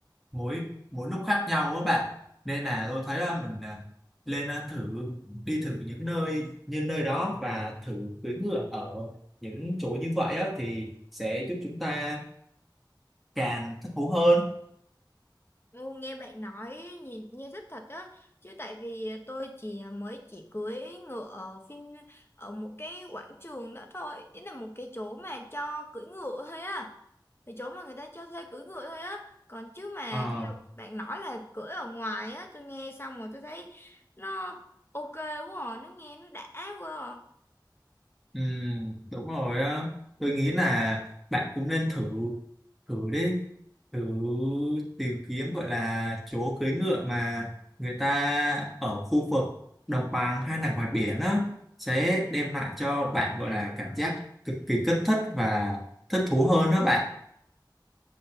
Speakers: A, in the centre; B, on the left.
A: mỗi mỗi lúc khác nhau á bạn nên là tôi thấy á, mình à, lên à, thử đi thử những nơi như nơi đó và thử cưỡi ngựa ở những chỗ như vậy á, thì sẽ giúp chúng ta càng thích thú hơn
B: Ngu nghe bạn nói nhìn nghe rất thật á chứ tại vì tôi chỉ mới chỉ cưỡi ngựa ở phim ở một cái quảng trường đó thôi ý là một cái chỗ mà cho cưỡi ngựa thôi á cái chỗ mà người ta cho thuê cưỡi ngựa thôi á còn chứ mà
A: Ờ
B: theo bạn nói là cưỡi ở ngoài á tôi nghe xong rồi tôi thấy nó ok quá à. nó nghe nó đã quá à.
A: Ừ, đúng rồi á. Tôi nghĩ là bạn cũng nên thử thử đi, thử tìm kiếm gọi là chỗ cưới ngựa mà người ta ở khu vực đồng bằng hay là ngoài biển á sẽ đem lại cho bạn gọi là cảm giác cực kỳ kích thích và thích thú hơn đó bạn.